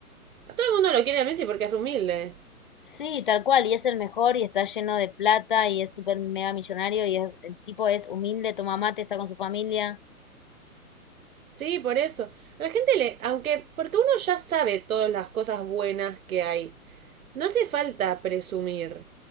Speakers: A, on the right; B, on the left.
A: todo el mundo lo quiere a Messi porque es humilde.
B: Sí, tal cual, y es el mejor y está lleno de plata y es súper mega millonario y es, el tipo es humilde, toma mate, está con su familia.
A: Sí, por eso. A la gente le, aunque, porque uno ya sabe todas las cosas buenas que hay. No hace falta presumir.